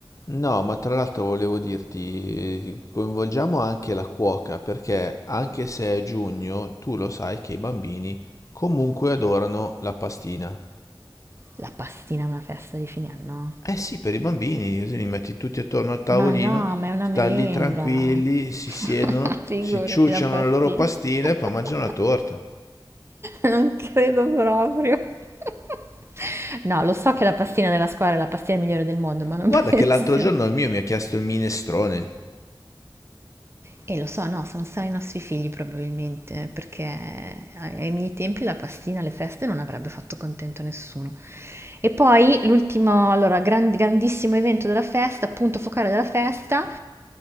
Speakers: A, on the left; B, on the right.
A: No, ma tra l'altro volevo dirti, coinvolgiamo anche la cuoca, perché anche se è giugno, tu lo sai che i bambini comunque adorano la pastina.
B: La pastina è una festa di fine anno.
A: Eh sì, per i bambini, così li metti tutti attorno al tavolino,
B: Ma no, ma è una
A: stanno
B: merenda.
A: lì tranquilli, si
B: <laughs>
A: siedono,
B: Figurati
A: si ciucciano
B: la pastina.
A: le loro pastine
B: <laughs>
A: e poi mangiano la torta.
B: Non credo proprio. <laughs> No, lo so che la pastina della scuola è la pastina migliore del mondo, ma non
A: Guarda
B: <laughs> penso.
A: che l'altro giorno il mio mi ha chiesto il minestrone,
B: E lo so, no, sono stati i nostri figli probabilmente, perché ai ai miei tempi la pastina alle feste non avrebbe fatto contento nessuno. E poi l'ultimo, allora, gran- grandissimo evento della festa, punto focale della festa,